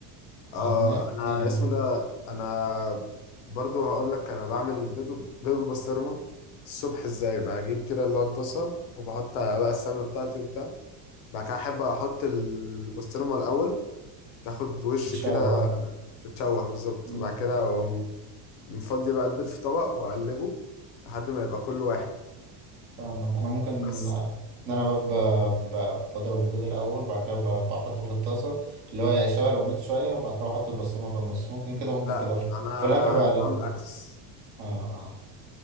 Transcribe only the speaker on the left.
اه انا
اسمه ده انا ب- برضو هقول لك انا بعمل بيض بيض بالبسطرمة الصبح ازاي بجيب كده اللي هو الطاسة وبحط بقى السمنة بتاعتي وبتاع بعد كده احب احط البسطرمة الاول تاخد وش
كده تتشوح بالظبط
وبعد كده اقوم مفضي بقى البيض في طبق واقلبه لحد ما يبقى كل واحد
بس
لا
انا
انا
انا بعمل عكس